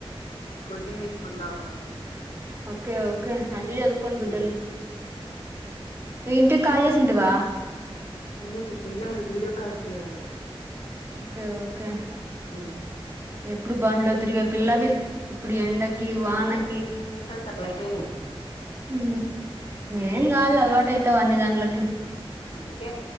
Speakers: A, on the left; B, on the right.
A: కోచింగ్ తీసుకుంటా ఉన్నారు
B: ఓకే ఓకే మంచిగా చదుకొని బిడ్డలు
A: ఉమ్,
B: ఇంటికి కాల్ చేసిందివా
A: లేదు చెయ్యాలి వీడియో కాల్ చెయ్యాలి
B: ఓకే ఓకే
A: ఉ
B: ఎప్పుడు బండ్లో తిరిగ పిల్లవి ఇప్పుడు ఎండకి
A: జనరేషన్స్
B: వానకి
A: అట్లా అయిపోయినాయి
B: ఉ
A: మ్మ్
B: ఏం కదిలే అలవాటై మత్త అన్ని దాంట్లోకి
A: అందుకే